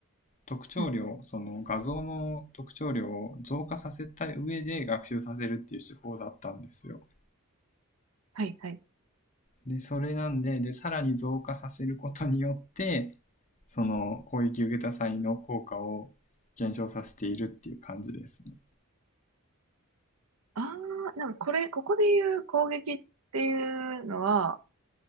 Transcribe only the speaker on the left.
特徴量、
その画像の特徴量を増加させた上で学習させるっていう手法だったんですよ。
で、それなんで、で、さらに増加させることによって、その攻撃を受けた際の効果を減少させているっていう感じですね。